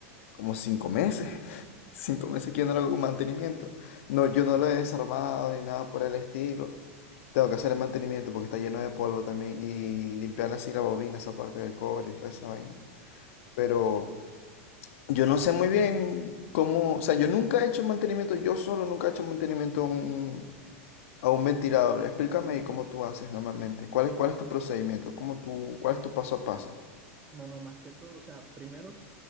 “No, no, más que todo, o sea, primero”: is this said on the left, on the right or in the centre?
Right